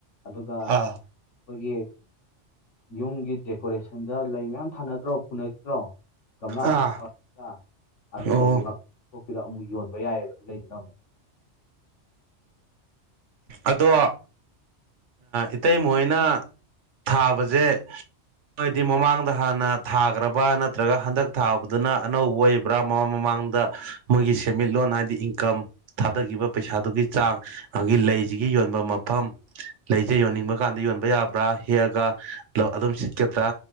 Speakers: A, on the left; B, on the right.
A: ꯑꯗꯨꯒ
B: ꯑꯥ
A: ꯑꯩꯈꯣꯏꯒꯤ ꯌꯨꯝꯒꯤ ꯗꯦꯀꯣꯔꯦꯁꯟꯗ ꯂꯩ ꯃꯌꯥꯝ ꯊꯥꯅꯗ꯭ꯔꯣ ꯄꯨꯅꯛꯇ꯭ꯔꯣ ꯒꯝꯂꯥꯗ
B: ꯑꯥ
A: ꯍꯥꯞꯄꯒ ꯑꯗꯨꯗꯣ
B: ꯑꯣ
A: ꯂꯩꯕꯥꯛ ꯊꯣꯛꯄꯤꯔ ꯑꯃꯨꯛ ꯌꯣꯟꯕ ꯌꯥꯏꯌꯦꯕ ꯑꯗꯨ ꯂꯩꯗꯨꯅ ꯑꯃꯨꯛ
B: ꯑꯗꯣ ꯑ ꯏꯇꯩꯃꯥ ꯍꯣꯏꯅ ꯊꯥꯕꯖꯦ ꯍꯥꯏꯗꯤ ꯃꯃꯥꯡꯗ ꯍꯥꯟꯅ ꯊꯥꯒ꯭ꯔꯕ ꯅꯠꯇ꯭ꯔꯒ ꯍꯟꯗꯛ ꯊꯥꯕꯗꯨꯅ ꯑꯅꯧꯕ ꯑꯣꯏ ꯕꯔ ꯃꯃꯥ ꯃꯃꯥꯡꯗ ꯃꯣꯏꯒꯤ ꯁꯦꯟꯃꯤꯠꯂꯣꯟ ꯍꯥꯏꯗꯤ ꯏꯟꯀꯝ ꯊꯥꯗꯒꯤꯕ ꯄꯩꯁꯥꯗꯨꯒꯤ ꯆꯥꯡ ꯑꯒꯤ ꯂꯩꯖꯤꯒꯤ ꯌꯣꯟꯕꯝ ꯃꯐꯝ ꯂꯩꯖꯦ ꯌꯣꯟꯅꯤꯡꯕ ꯀꯥꯟꯗ ꯌꯣꯟꯕ ꯌꯥꯕ꯭ꯔꯥ ꯍꯦꯛꯑꯒ ꯑꯗꯨꯝ ꯁꯤꯠꯀꯗ꯭ꯔꯥ